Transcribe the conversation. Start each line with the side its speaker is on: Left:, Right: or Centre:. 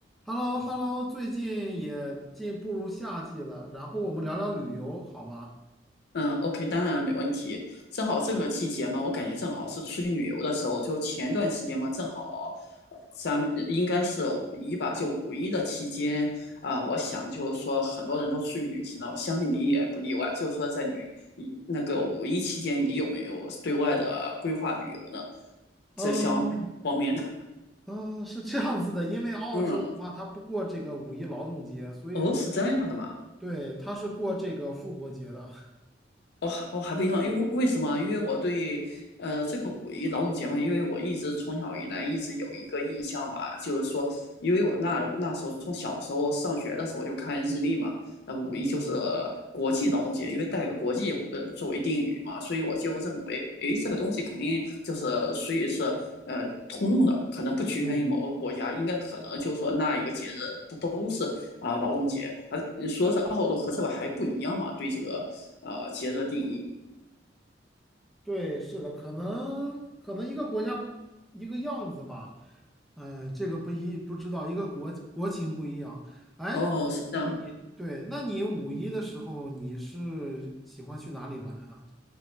Centre: h e l l o h e l l o 最近也进步入夏季了，然后我们聊聊旅游好吗？
Left: 嗯，OK，当然没问题。正好这个季节嘛，我感觉正好是出去旅游的时候。就前段时间嘛，正好，呃咱们呃应该是五一吧，就五一的期间啊，我想就是说很多人都出去旅行了，我相信你也不例外。就是说在旅一那个五一期间，你有没有对外的规划旅游呢？
Centre: 嗯
Left: 这相方面的，
Centre: 嗯，是这样子的，因为澳洲的话，
Left: <laughs> 嗯，
Centre: 它不过这个五一劳动节，所以说
Left: 哦，是这样的吗？
Centre: 对，它是过这个复活节的。<laughs>
Left: 我还我还不一样，因为为什么？因为我对呃这个五一劳动节嘛，因为我一直从小以来一直有一个印象吧，就是说，因为我那那时候从小时候上学的时候就看日历嘛，那五一就是
Centre: 嗯，
Left: 国际劳动节，因为带个国际呃作为定语嘛，所以我就认为，诶，这个东西肯定就是所以是呃通用的，可能不局限于某个国家，
Centre: 对
Left: 应该可能就是说那一个节日它都是啊劳动节啊，说是澳洲和这个还不一样嘛，对这个呃节日的定义
Centre: 对，是的，可能可能一个国家一个样子吧，呃，这个不一不知道，一个国国情不一样。哎，
Left: 哦是这样。
Centre: <laughs> 你对，那你五一的时候你是喜欢去哪里玩啊？